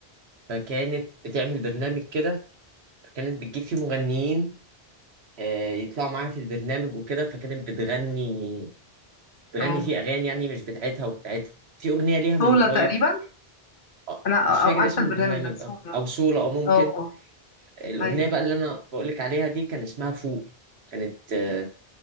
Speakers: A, on the right; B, on the left.
A: فكانت بتعمل برنامج كده فكانت بتجيب فيه مغنيين آه، يطلعوا معاها في البرنامج وكده فكانت بتغني بتغني
B: اه
A: فيه اغاني يعني مش بتاعتها وبتاعتها في اغنيه ليها
B: سولا
A: من قريب
B: تقريبا
A: اه
B: انا أ- أ-
A: مش فاكر
B: عارفة
A: اسم
B: البرنامج
A: البرنامج
B: ده سولا
A: اه او سولا اه ممكن
B: اه اه
A: الاغنيه
B: ايوه
A: بقى اللي انا بقول لك عليها دي كان اسمها فوق كانت آه،